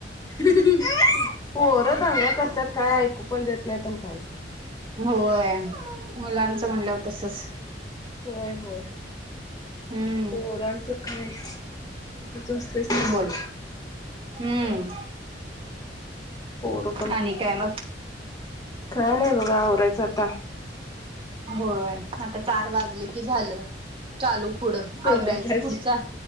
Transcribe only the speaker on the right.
होय मुलांचं म्हणलं हो तसच
हम्म
बोल हम्म
आणि काय मग
होय आता चार वाजले की झालं चालू पुढं
आवरायचं पुढचं